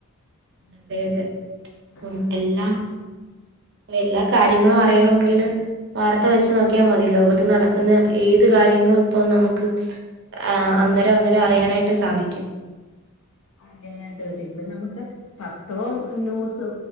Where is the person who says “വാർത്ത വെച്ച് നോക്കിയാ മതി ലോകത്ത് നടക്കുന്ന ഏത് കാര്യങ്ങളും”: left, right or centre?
Right